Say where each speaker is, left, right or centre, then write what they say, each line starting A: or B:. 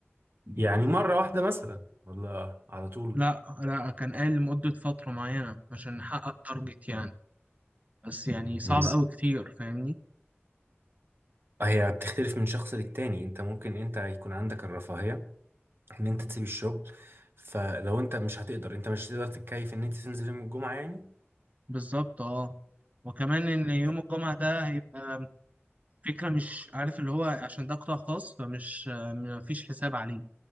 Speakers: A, on the right; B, on the right.
A: يعني مرة واحدة مثلا ولا على طول
B: لا لا كان قال لمده فتره معينه عشان نحقق تارجت يعني بس يعني صعب
A: بس
B: قوي كتير فاهمني
A: هي بتختلف من شخص للتاني انت ممكن انت يكون عندك الرفاهية ان انت تسيب الشغل فلو انت مش هتقدر انت مش هتقدر تتكيف ان انت تنزل يوم الجمعة يعني
B: بالظبط اه وكمان ان يوم
A: طب
B: الجمعة ده هيبقى فكرة مش عارف اللي هو عشان ده قطاع خاص فمش مفيش حساب عليه